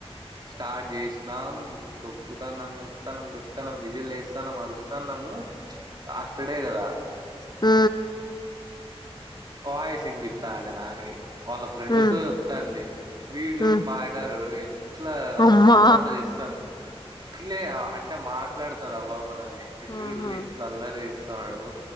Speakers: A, on the right; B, on the left.
A: స్టార్ట్ చేసినాం తొక్కుతానం తొక్కుతానం తొక్కుతానం విజిల్ వేస్తానము మరుస్తాన్నాము లాస్ట్ డే కదా
B: ఆ
A: వాయిస్ ఇనిపిస్తండే నాకి వాళ్ళ ఫ్రెండ్తో
B: హ్మ్
A: చెప్తాంది వీడుజూడు
B: హ్మ్
A: పాయకారోడు ఇట్లా
B: అమ్మా
A: అల్లరి చేస్తాను ఇట్లే అంటే మాట్లాడతడు ఆ బాబు అనల్నే వీడుజూడు
B: హ్మ్
A: ఎట్లా అల్లరి చేస్తున్నాడో